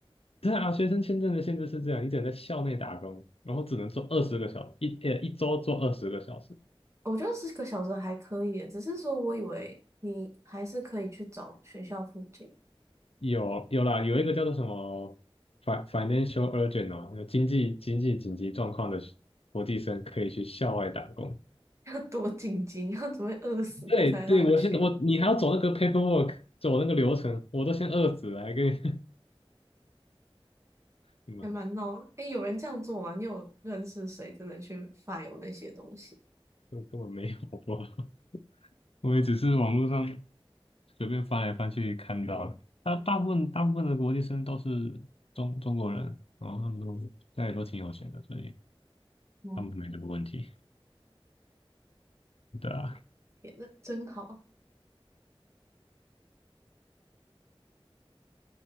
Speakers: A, on the left; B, on the right.
A: 对啊，学生签证的限制是这样，你只能在校内打工，然后只能做二十个小时一呃一周做二十个小时。
B: 我觉得十个小时还可以耶只是说我以为你还是可以去找学校附近，
A: 有有啦，有一个叫做什么 fi- financial urgent 哦，有经济经济紧急状况的国际生可以去校外打工。
B: <laughs> 要多紧急，你要准备饿死了才让你去，
A: 对对，我现在我你还要走那个 paperwork，走那个流程，我都先饿死了，还跟你 <laughs> 什么？
B: 还蛮闹的。诶，有人这样做吗？你有认识谁真的去 f 有那些东西？
A: 根本根本没有，好不好？<laughs> 我也只是网络上随便翻来翻去看到的。他大部分大部分的国际生都是中中国人，然后他们都家里都挺有钱的，所以
B: 嗯，
A: 他们没这个问题。对啊，
B: 天呐，真好